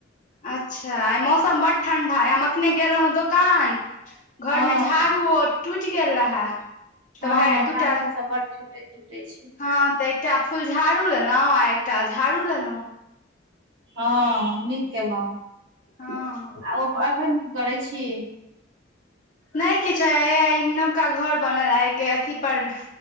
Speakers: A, on the left; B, on the right.
A: अच्छा आइ मौसम बड ठंडा ह हम अखने गेल रहौ दोकान।
B: हँ
A: घर में झाड़ू ओ टूटि गेल रहे। तऽ
B: हँ
A: वएह
B: हँ झाड़ुओ
A: दूटा
B: सब बड छूटै तुटै छै।
A: हँ तऽ एकटा फुलझाड़ू लेलहुँ आ एकटा झाड़ू लेलहुँ।
B: हँ नीक केलहुँ
A: हँ
B: आ ओ एखन की करै छी?
A: नहि किछो हैया ई नबका घर बनल हयके अथी पर।